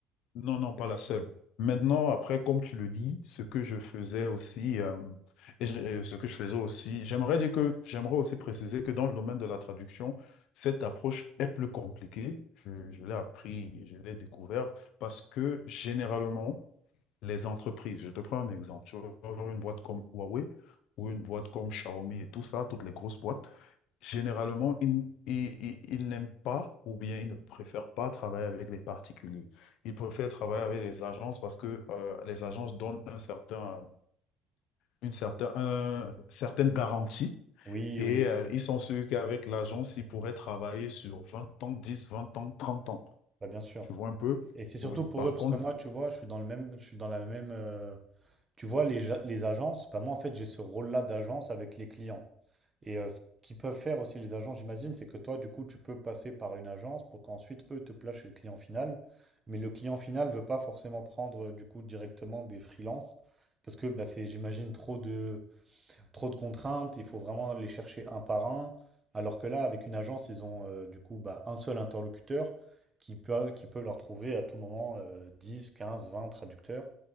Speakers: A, on the left; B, on the right.
A: Non, non, pas la seule. Maintenant, après, comme tu le dis, ce que je faisais aussi, euh, et je- et ce que je faisais aussi, j'aimerais dire que, j'aimerais aussi préciser que dans le domaine de la traduction, cette approche est plus compliquée. Je, je l'ai appris, je l'ai découvert parce que généralement, les entreprises. Je te prends un exemple. Tu vas avoir une boîte comme Huawei ou une boîte comme Xiaomi et tout ça, toutes les grosses boîtes. Généralement, ils, ils- ils- ils n'aiment pas ou bien ils ne préfèrent pas travailler avec les particuliers. Ils préfèrent travailler avec les agences parce que euh, les agences donnent un certain, une certain, un- certaine garantie.
B: Oui,
A: Et
B: oui, oui.
A: euh, ils sont sûrs qu'avec l'agence, ils pourraient travailler sur 20 ans, 10, 20 ans, 30 ans.
B: Bah, bien sûr.
A: Tu vois un peu?
B: Et c'est surtout
A: Oui.
B: pour
A: Par
B: eux, parce
A: contre,
B: que moi, tu vois, je suis dans le même, je suis dans la même. euh, tu vois, les, ja- les agences, bah moi, en fait, j'ai ce rôle-là d'agence avec les clients. Et euh, ce qu'ils peuvent faire aussi, les agences, j'imagine, c'est que toi, du coup, tu peux passer par une agence pour qu'ensuite, eux, te placent chez le client final. Mais le client final ne veut pas forcément prendre, euh, du coup, directement des freelances, parce que bah, c'est, j'imagine, trop de, trop de contraintes, il faut vraiment les chercher un par un. Alors que là, avec une agence, ils ont euh, du coup bah, un seul interlocuteur qui peut, qui peut leur trouver à tout moment euh, 10, 15, 20 traducteurs.